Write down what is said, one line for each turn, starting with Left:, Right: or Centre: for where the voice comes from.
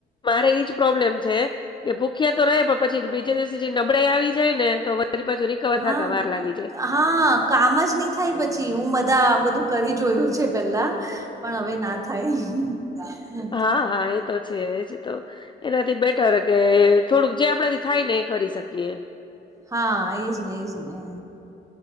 Left: મારે એજ પ્રોબ્લેમ છે. એ ભૂખ્યા તો રહે પણ પછી બીજા દિવસે જે નબળાઈ આવી જાય ને તો પ પાછું રિકવર
Right: હા
Left: થતા વાર લાગી જાય.
Right: હા કામ જ નહી થાય પછી હું બધા બધું કરી જોયું છે પેલા. પણ હવે ના થાય.
Left: હા, હા એ તો છે એજ તો. એનાથી બેટર કે થોડુંક જે આપણાથી થાય ને એ કરી શકીએ.
Right: હા એજ ને એજ નને.